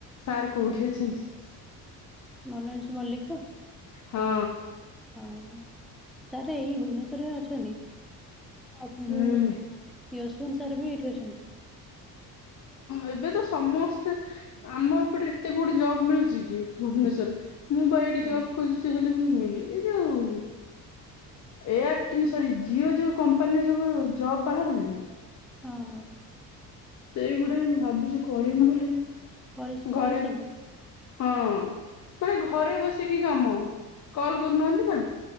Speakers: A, on the left; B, in the centre.
A: ସାର୍ କୋଉଠି ଅଛନ୍ତି।
B: ମନୋଜ ମଲ୍ଲିକ ତ?
A: ହଁ।
B: ଓହୋ ସାର୍ ଏଇ ଭୁବନେଶ୍ଵରରେ ଅଛନ୍ତି। ଆଉ
A: ହୁଁ।
B: ୟଶବନ୍ତ ସାର୍ ବି ଏଇଠି ଅଛନ୍ତି।
A: ଏବେ ତ ସମସ୍ତେ ଆମ ଏପଟେ ଏତେ କୋଉଠି ଜବ ମିଳୁଛି କି ଭୁବନେଶ୍ଵରରେ ମୁଁ ବା ଏଠି
B: ହୁଁ
A: ଜବ୍ ଖୋଜୁଛି ହେଲେ ଏ ଯୋଉ ଏୟାରଟେଲ ସରି ଜିଓ ଯୋଉ କମ୍ପାନୀର ସବୁ ଜବ ବାହାରୁନି
B: ହଁ ହଁ।
A: ସେଇଗୁଡା ବି ମୁଁ ଭାବୁଛି କରିମି ବୋଲି
B: କଲ କଲ
A: ଘରେ
B: ସେଣ୍ଟର
A: ହଁ ମାନେ ଘରେ ବସିକି କାମ। କଲ୍ କରୁନାହାନ୍ତି ନା।